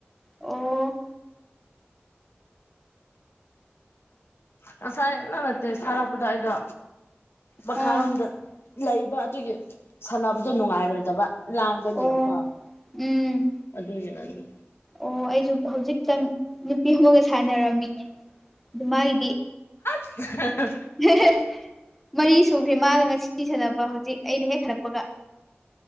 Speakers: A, in the centre; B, on the left.
A: ꯑꯣ
B: ꯉꯁꯥꯏ ꯅꯪꯅ ꯇꯦꯛꯁ ꯊꯥꯔꯛꯄꯗꯣ ꯑꯩꯗꯣ ꯃꯈꯥꯔꯣꯝꯗ
A: ꯑꯥ
B: ꯂꯩꯕ ꯑꯗꯨꯒꯤ ꯁꯟꯅꯕꯗꯣ ꯅꯨꯡꯉꯥꯏꯔꯣꯏꯗꯕ ꯂꯥꯡꯕꯅꯤꯅꯀꯣ
A: ꯑꯣ ꯎꯝ
B: ꯑꯗꯨꯒꯤꯅꯅꯤ
A: ꯑꯣ ꯑꯩꯖꯨ ꯍꯧꯖꯤꯛꯇꯪ ꯅꯨꯄꯤ ꯑꯃꯒ ꯁꯥꯟꯅꯔꯝꯃꯤꯅꯦ ꯑꯗꯣ ꯃꯥꯏꯗꯤ
B: ꯍ ꯍ
A: ꯍꯦ ꯍꯦ ꯃꯔꯤ ꯁꯨꯒ꯭ꯔꯦ ꯃꯥꯒ ꯉꯁꯤ ꯁꯥꯟꯅꯕ ꯍꯧꯖꯤꯛ ꯑꯩꯅ ꯍꯦꯛ ꯍꯜꯂꯛꯄꯒ